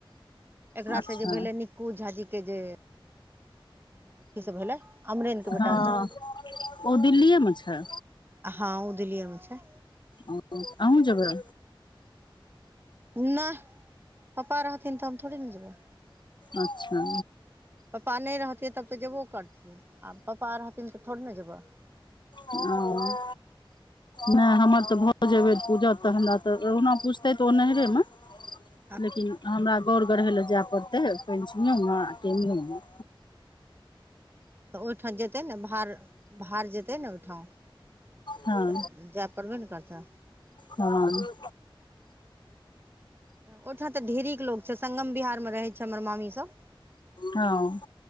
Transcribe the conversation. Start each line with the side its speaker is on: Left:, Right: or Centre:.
Right: एकरा
Left: अच्छा
Right: से जे भेले निक्कु झाँझी के जे अथीसँ भेलै अमरेनके बेटासँ
Left: हँ ओ दिल्लीए मे छै
Right: हँ ओ दिल्ली मे छै
Left: ओ अहूँ जबै
Right: नहि पप्पा रहथिन त हम थोड़े ने जेबै
Left: अच्छा
Right: पापा नहि रहथी तब त जेबो करथिन आ पप्पा रहथिन त थोड़े ने जेबह
Left: हं नहि हमर त भ जेबे पूजा त हमरा त ओहना पुछते त ओ नैहरे मे
Right: ह <inaudible>
Left: लेकिन हमरा गौर गढ़य लए जाय पड़तै पंचमीयो मे आ टेमियोमे
Right: त ओहिठा जेतै ने भार भार जेतै ने ओहिठाम
Left: हँ
Right: त जायपर बे नहि करते
Left: हँ
Right: ओहिठा त ढेरिक लोक छै संगम बिहार मे रहै छै हमर मामी सब
Left: हँ